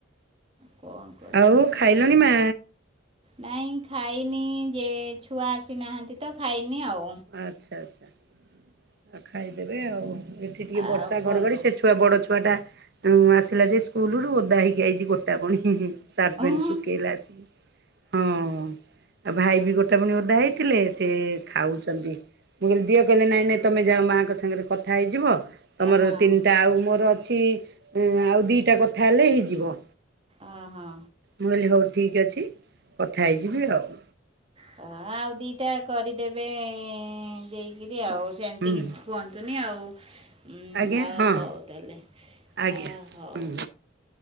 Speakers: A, on the right; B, on the right.
A: କଣ କରିବା।
B: ଆଉ ଖାଇଲଣି ମା?
A: ନାଇଁ ଖାଇନି ଯେ ଛୁଆ ଆସିନାହାନ୍ତି ତ ଖାଇନି ଆଉ।
B: ଆଚ୍ଛା ଆଚ୍ଛା ଆଉ ଖାଇଦେବେ ଆଉ ଏଠି ଟିକେ
A: ଆଉ
B: ବର୍ଷା
A: କୁହନ୍ତୁ
B: ଘଡଘଡି ସେ ଛୁଆ ବଡ ଛୁଆଟା ଉଁ ଆସିଲା ଯେ ସ୍କୁଲରୁ ଓଦା ହେଇକି ଆଇଚି ଗୋଟା ପଣି। <unintelligible> ସାର୍ଟ
A: ହଁ
B: ପେଣ୍ଟ ଶୁକେଇଲା ଆସିକି ହଁ ହଁ। ଆଉ ଭାଇ ବି ଗୋଟାପଣି ଓଦା ହେଇଥିଲେ ସେ ଖାଉ ଚନ୍ତି ମୁଁ କହିଲ ଦିଅ କହିଲେ ନାଇଁ ନାଇଁ ତମେ ଯାଅ ମାଙ୍କ ସାଙ୍ଗରେ କଥା ହେଇଯିବ ତମର
A: ହଁ
B: ତିନିଟା ଆଉ ମୋର ଅଛି ଉଁ ଆଉ ଦିଇଟା କଥା ହେଲେ ହେଇଯିବ।
A: ଅ ହଁ।
B: ମୁଁ କହିଲି ହୋଉ ଠିକ୍ ଅଛି କଥା ହେଇଯିବି ଆଉ।
A: ହଁ ଆଉ ଦିଇଟା କରିଦେବେ ଏଁ ଯାଇକିରି ଆଉ ସିଏଁ ଏମିତି
B: ହୁଁ
A: କି କୁହନ୍ତୁନି ଆଉ। ଉଁ
B: ଆଜ୍ଞା
A: ଆ
B: ହଁ
A: ହୋଉ ତାହଲେ
B: ଆଜ୍ଞା
A: ଆ ହୋଉ।
B: ହୁଁ